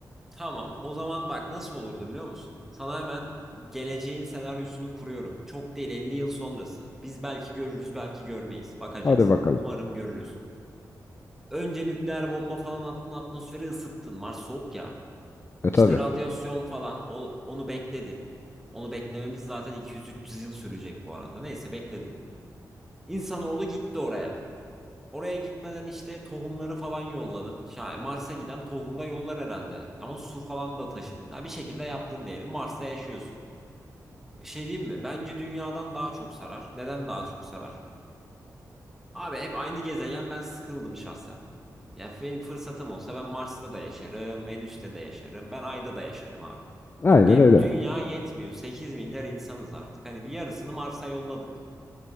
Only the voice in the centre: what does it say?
Tamam. O zaman bak nasıl olurdu biliyor musun? Sana hemen geleceğin senaryosunu kuruyorum. Çok değil 50 yıl sonrası. Biz belki görürüz, belki görmeyiz. Bakacağız.
Umarım görürüz. Önce nükleer bomba falan attın, atmosferi ısıttın. Mars soğuk ya.
İşte
radyasyon falan o- onu bekledin. Onu beklememiz zaten 200-300 yıl sürecek bu arada. Neyse bekledin. İnsanoğlu gitti oraya. Oraya gitmeden işte tohumları falan yolladın. Şa- Mars'a giden tohum da yollar herhalde. Ama su falan da taşıdın. Ha, bir şekilde yaptın diyelim. Mars'ta yaşıyorsun. Bir şey diyeyim mi? Bence dünyadan daha çok sarar. Neden daha çok sarar? Abi hep aynı gezegen ben sıkıldım şahsen. Yani benim fırsatım olsa ben Mars'ta da yaşarım, Venüs'te de yaşarım, ben Ay'da da yaşarım abi.
Çünkü hep
dünya yetmiyor. 8 milyar insanız artık. Hani bir yarısını Mars'a yolladık.